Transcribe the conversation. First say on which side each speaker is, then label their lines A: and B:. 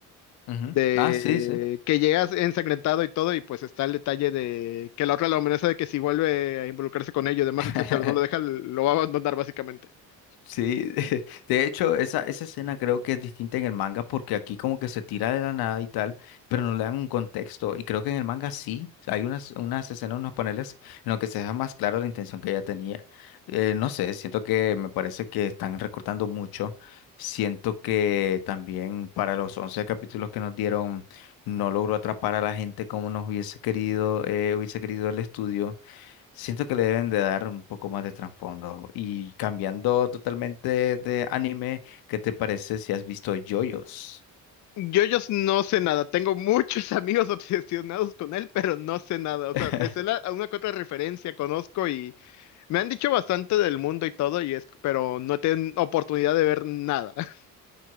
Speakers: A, on the left (about 80°); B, on the left (about 55°).
A: Ujú.
B: de
A: Ah, sí, sí.
B: que llegas ensangrentado y todo, y pues está el detalle de que la otra la amenaza de que si vuelve a involucrarse con ellos, demás,
A: <laughs>
B: etcétera, no lo deja, lo va a abandonar básicamente.
A: Sí, <laughs> de hecho, esa, esa escena creo que es distinta en el manga porque aquí como que se tira de la nada y tal, pero no le dan un contexto. Y creo que en el manga sí, hay unas, unas escenas, unos paneles en los que se deja más claro la intención que ella tenía. Eh, no sé, siento que me parece que están recortando mucho. Siento que también para los 11 capítulos que nos dieron no logró atrapar a la gente como nos hubiese querido, eh, hubiese querido el estudio. Siento que le deben de dar un poco más de trasfondo. Y cambiando totalmente de anime, ¿qué te parece si has visto JoJo's?
B: JoJo's no sé nada. Tengo muchos amigos <laughs> obsesionados con él, pero no sé nada. O
A: <laughs>
B: sea, me sé la- una que otra referencia, conozco y me han dicho bastante del mundo y todo, y es, pero no tienen oportunidad de ver nada. <laughs>